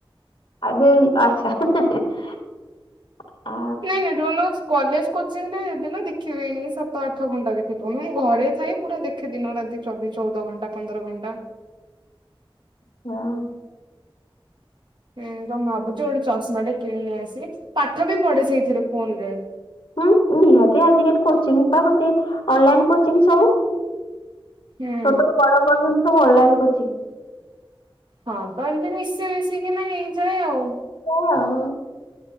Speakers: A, on the left; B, on the right.
A: ଆ ଦିଲ୍ ଆଚ୍ଛା ହେଁ ହେଁ ହେଁ
B: ନାଇଁ ନାଇଁ ଡୋନାକ୍ସ କଲେଜ କୋଚିଂ ରେ ଦିନ ଦେଖିବେଇନି ସାତ ଆଠ ଘଣ୍ଟା ଦେଖିବ ମୁଁ ଘରେ ଥାଇ ପୁରା ଦେଖେ ଦିନ ରାତି ଚବି ଚଉଦ ଘଣ୍ଟା ପନ୍ଦର ଘଣ୍ଟା
A: ହଁ।
B: ଉଁ ତମେ ଭାବୁଚ ଗୋଟେ ଚଷମା ଟେ କିଣି ନେଇ ଆସିବି। ପାଠ ବି ପଢ଼େ ସେଇଥିରେ ଫୋନ୍ ରେ।
A: ହୁଁ ନିହାତି ଆଜିକାଲି କୋଚିଙ୍ଗ୍ ପା ଗୋଟିଏ ଅନଲାଇନ୍ କୋଚିଙ୍ଗ୍ ସବୁ।
B: ହୁଁ
A: ଛୋଟରୁ ବଡ଼ ପର୍ଯ୍ୟନ୍ତ ସବୁ ଅନଲାଇନ୍ କୋଚିଙ୍ଗ୍।
B: ହଁ ତ ଏମତି ମିଶି ମିଶିକିନା ହେଇଯାଏ ଆଉ।
A: ଏୟା ଆଉ।